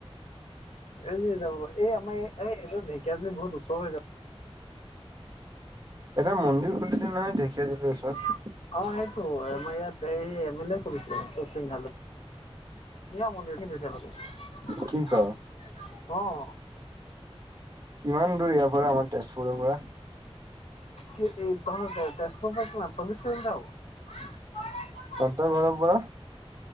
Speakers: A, on the left; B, on the right.
A: এৰি যাব এই আমাৰ এই, এই, এই ঢেকীয়াজী বহুত ওচৰ হৈ যাব।
B: এটা মন্দিৰ খুলিছে নহয় ঢেকীয়াজুলিৰ ওচৰত।
A: অ, সেইটো আমাৰ ইয়াত এই এম এল এ কৰিছো অশোক সিংলে মন্দিৰ কিন্তু এতিয়ালৈকে
B: কি ক?
A: অ'।
B: কিমান দূৰ ইয়াৰ পৰা আমাৰ তেজপুৰৰ পৰা
A: কি এই তহ তেজপুৰৰ কিমান চল্লিশ কিলোমিটাৰ হ'ব।
B: তন্ত ঘৰ পৰা